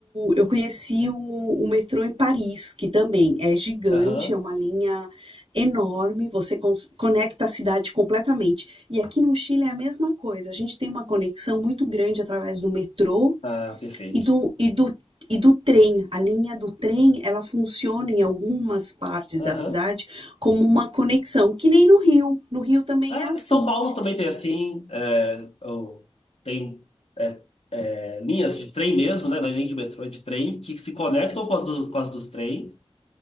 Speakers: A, on the right; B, on the left.
A: eu conheci o, o metrô em Paris, que também é gigante,
B: aham.
A: é uma linha enorme, você con- conecta a cidade completamente. E aqui no Chile é a mesma coisa. A gente tem uma conexão muito grande através do metrô
B: Ah, perfeito.
A: e do, e do, e do trem. A linha do trem, ela funciona em algumas partes
B: Aham.
A: da cidade como uma conexão, que nem no Rio. No Rio também
B: É,
A: é assim.
B: São Paulo também tem assim, é, o- tem é, é, linhas de trem mesmo, né? Não é nem de metrô, é de trem, que se conectam com as, do- com as dos trens